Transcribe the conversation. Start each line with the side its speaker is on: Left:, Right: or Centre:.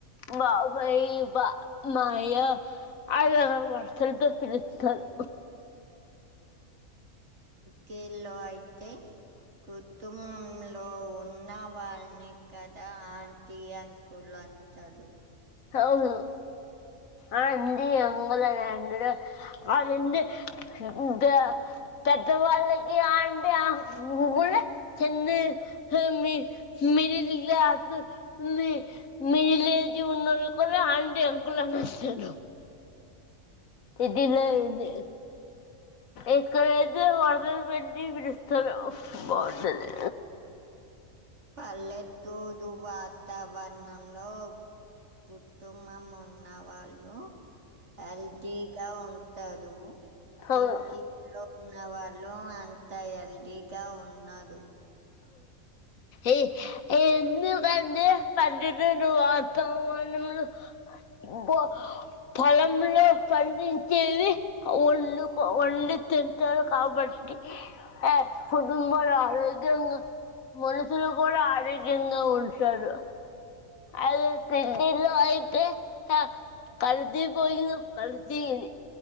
Left: బాబాయ్ ఇల్లి బా మాయా అలా వరుసలతో పిలుత్తారు.
Right: కీల్లో అయితే, కుటుంబంలో ఉన్న వాళ్ళని కదా ఆంటీ, అంకుల్ అంటాడు.
Left: అవును. ఆ అండి అంకుల్ అని అంటడు. వాడుండి గా పెద్ద వాళ్లకి ఆంటీ అహ్ కులే. చిన్న మీ మిడిల్ క్లాస్, మీ, మిడిల్ ఏజు ఉ నోళ్ళు కూడా ఆంటీ అంకుల్ అనే అంటారు సిటీలో అయితే ఇక్కడైతే వరుసలు పెట్టి పిలుస్తారు. బాంటది.
Right: పల్లెతుూదు వాతావరణంలో కుతుంబం ఉన్నవాళ్ళు, ఎల్దిగా ఉంటారు.
Left: అవును
Right: కిత్ కిత్ లో ఉన్న వాళ్ళు అంత ఎల్దీగా ఉన్నాడు.
Left: ఏ ఎందుకంతె పన్నెతూరు వాతావరణం లో బ పలంలో పండించేవి వండుకో, వండు తింతారు కాబట్టి. ఆ కుటుంబాల ఆరోగ్ గ్యంగ మనుషులు కూడా ఆరోగ్యంగా ఉంటారు. అదే సిటీలో అయితే హ కల్తీ పోయిన కల్తీవి